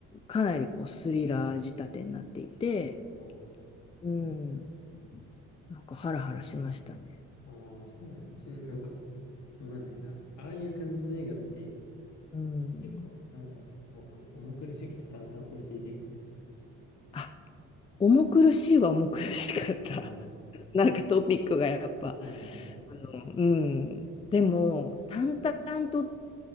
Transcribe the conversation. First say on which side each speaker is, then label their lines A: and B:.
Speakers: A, on the left; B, on the left.
A: かなりこうスリラー仕立てになっていて。
B: ああ、
A: うん。
B: そう。
A: なんかハラハラしましたね。
B: ああ、そうなんですね。なんか、わかんないな。ああいう感じの映画って、
A: うん。
B: 結構、なんだろう、お、お、重苦しくて淡々としていてみたいな。
A: あ、重苦しいは重苦しかった。
B: あ
A: <laughs> なんかトピックがやっぱ。
B: あ、はいはいはい。
A: あの、うん。でも、淡々とっ